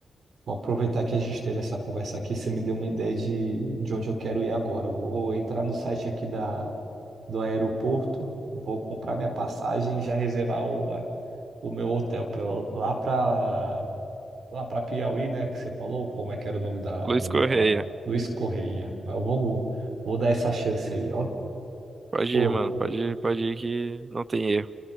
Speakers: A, on the right; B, on the right.
A: vou aproveitar que a gente teve essa conversa aqui. Você me deu uma ideia de, de onde eu quero ir agora. Vou entrar no site aqui da do aeroporto, vou comprar minha passagem e já reservar o, a- o meu hotel pra, eu- lá para lá para Piauí, né? Que você falou, como é que era o nome da,
B: Luiz
A: do lugar
B: Correia,
A: lá? Luiz Correia. Eu vou, vou dar essa chance aí, ó.
B: pode
A: Pô,
B: ir, mano, pode ir, pode ir que não tem erro.